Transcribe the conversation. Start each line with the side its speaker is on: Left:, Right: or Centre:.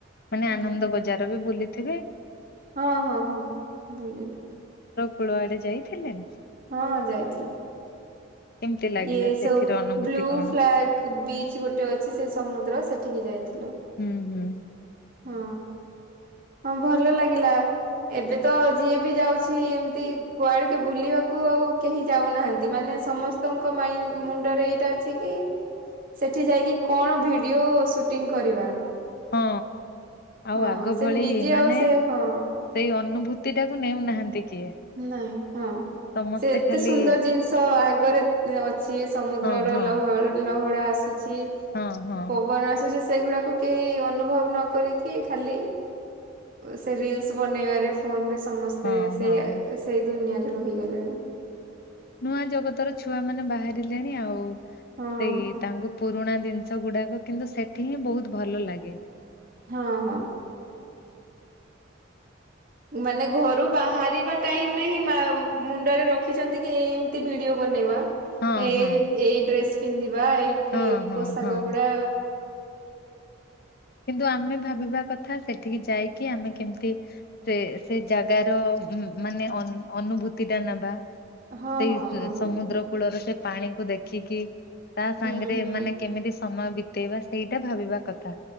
Left: ମାନେ ଆନନ୍ଦ
Right: ହୁଁ।
Left: ବଜାର ବି ବୁଲିଥିବେ।
Right: ହଁ ହଁ ହଁ ବୁଲିଲୁ।
Left: କୁଳ ଆଡେ ଯାଇଥିଲେ?
Right: ହଁ ଯାଇଥିଲୁ।
Left: କେମିତି ଲାଗିଲା
Right: ଇଏ
Left: ସେଠିର
Right: ସବୁ
Left: ଅନୁଭୂତି
Right: ବ୍ଲୁ
Left: କଣ?
Right: ଫ୍ଲାଗ ବିଚ ଗୋଟେ ଅଛି ସେ ସମୁଦ୍ର ସେଠିକି ଯାଇଥିଲୁ।
Left: ହୁଁ ହୁଁ।
Right: ହଁ ହଁ ଭଲ ଲାଗିଲା। ଏବେ ତ ଯିଏ ବି ଯାଉଛି ଏମିତି କୁଆଡେ କି ବୁଲିବାକୁ ଆଉ କେହି ଯାଉନାହାନ୍ତି ମାନେ ସମସ୍ତଙ୍କ ମାଈନ୍ ମୁଣ୍ଡରେ ଏଇଟା ଅଛି କି ସେଠି ଯାଇକି କଣ ଭିଡିଓ ସୁଟିଂ କରିବା।
Left: ହଁ ଆଉ
Right: ହଁ
Left: ଆଗ
Right: ସେ
Left: ଭଳି
Right: ନିଜେ
Left: ମାନେ
Right: ଆଉ ସେ ହଁ
Left: ସେଇ ଅନୁଭୂତି ଟାକୁ ନେଉନାହାନ୍ତି। କିଏ
Right: ନାଇଁ ହଁ।
Left: ସମସ୍ତେ
Right: ସେ ଏତେ
Left: ଖାଲି
Right: ସୁନ୍ଦର ଜିନିଷ ଆଗରେ ଅଛି ସମୁଦ୍ରର
Left: ହଁ ହଁ
Right: ଲହ ଲହଡ଼ା ଆସୁଛି।
Left: ହଁ ହଁ
Right: ପବନ ଆସୁଛି। ସେଇଗୁଡାକୁ କେହି ଅନୁଭବ ନ କରିକି ଖାଲି ସେ ରିଲସ ବନେଇବାରେ ଫୋନରେ ସମସ୍ତେ
Left: ହଁ
Right: ସେଇଆ
Left: ହଁ
Right: ସେଇ ଦୁନିଆରେ ରହିଗଲେଣି।
Left: ନୂଆ ଜଗତର ଛୁଆ ମାନେ ବାହାରିଲେଣି ଆଉ।
Right: ହଁ
Left: ସେଇ ତାଙ୍କୁ ପୁରୁଣା ଜିନିଷ ଗୁଡାକ କିନ୍ତୁ ସେଠି ହିଁ ବହୁତ ଭଲ ଲାଗେ।
Right: ହଁ ହଁ। ମାନେ ଘରୁ ବାହାରିବା ଟାଇମ ରେ ହିଁ ମା ମୁଣ୍ଡରେ ରଖିଛନ୍ତି କି ଏମିତି ଭିଡିଓ ବନେଇବା।
Left: ହଁ
Right: ଏ
Left: ହଁ
Right: ଏଇ ଡ୍ରେସ୍ ପିନ୍ଧିବା। ଏଇ
Left: ହଁ
Right: ଏ
Left: ହଁ
Right: ପୋଷାକ
Left: ହଁ
Right: ଗୁଡ଼ା
Left: କିନ୍ତୁ ଆମେ ଭାବିବା କଥା ସେଠିକି ଯାଇକି ଆମେ କେମିତି ସେ ସେ ଜାଗାର ହୁଁ ମାନେ ଅନୁଭୂତି ଟା ନେବା।
Right: ହଁ
Left: ସେଇ
Right: ହଁ ହଁ ବିଲକୁଲ
Left: ସମୁଦ୍ର କୂଳର ସେ- ପାଣିକୁ ଦେଖିକି ତା ସାଙ୍ଗରେ
Right: ହୁଁ ହୁଁ
Left: ମାନେ କେମିତି ସମୟ ବିତେଇବା ସେଇଟା ଭାବିବା କଥା।